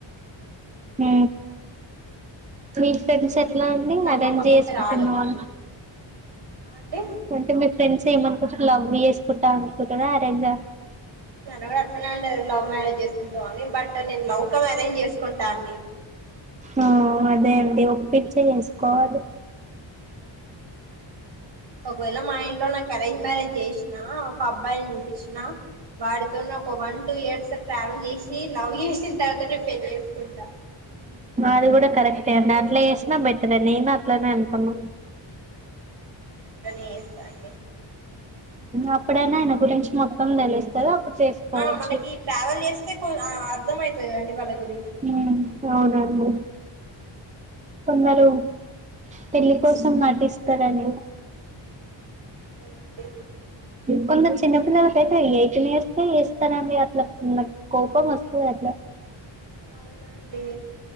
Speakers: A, on the right; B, on the right.
A: హ మీ ఫ్రెండ్స్ ఎట్లా అండి
B: నమ్మకం
A: అరేంజ్ చేసుకుంటున్నావా
B: ఉంటే రాదండి ఆ అండి
A: అంటే మీ ఫ్రెండ్స్ ఏమనుకుంటూరు లవ్ చేసుకుంటా అనుకుంటురా అరేంజ
B: నన్ను కూడా అట్లనే అండేది లవ్ మ్యారేజ్ చేసుకుంటావు అని బట్ నేను లవ్ కమ్ అరేంజ్ చేసుకుంటా అండి
A: ఆ అదే అంటే ఒపిక్ చేస్కోవాలి
B: ఒకవేళ మా ఇంట్లో నాకు అరేంజ్ మ్యారేజ్ చేసిన ఒక అబ్బాయిని చూపించిన వాడితోని ఒక వన్ టూ ఇయర్స్ ట్రావెల్ చేసి లవ్ చేసిన తర్వాత నే పెళ్లి చేసుకుంటా
A: అది కూడా కరెక్ట్ టె అండి అట్లా చేసినా బేటరే నేను అట్లానే అనుకున్నా
B: అట్లనే చేస్తా అండి
A: అప్పుడైనా ఆయన గురించి మొత్తం తెలుస్తాది చేసుకోవచ్చు
B: ఆ మనకి ట్రావెల్ చేస్తే కొ అర్థం అయితది కదండి వాళ్ళ గురించి
A: ఉమ్ అవున నన్ను కొందరు పెళ్లి కోసం నాటిస్తారండి
B: లెండి
A: కొందరు చిన్న పిల్లలకైతే ఎయిటీన్ ఇయర్స్ కే చేస్తారండి అట్లా కోపం వస్తుంది అట్లా
B: అవునండి